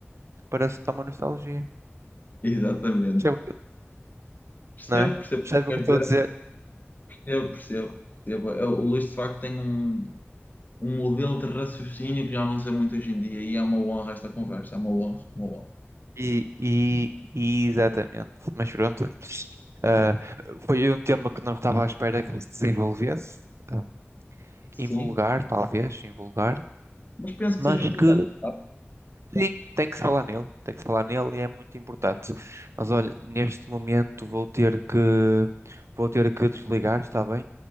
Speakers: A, on the right; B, on the left.
A: parece dar uma nostalgia.
B: Exatamente.
A: Percebe o que-
B: Percebo,
A: Não é?
B: percebo
A: Percebe
B: o que
A: o
B: quer
A: que estou
B: dizer.
A: a dizer?
B: Eu percebo, percebo. Eu- O Luís, de facto, tem um, um modelo de raciocínio que já não sei muito hoje em dia e é uma honra esta conversa, é uma honra, é uma honra.
A: E, e, e exatamente. Mas pronto. Ah, foi um tema que não estava à espera que se desenvolvesse. Um,
B: Sim,
A: invulgar, talvez, invulgar.
B: mas penso
A: Mas
B: que seja importante,
A: que,
B: tá?
A: sim, tem que se falar nele. Tem que se falar nele e é muito importante. Mas olha, neste momento vou ter que, vou ter que desligar, está bem?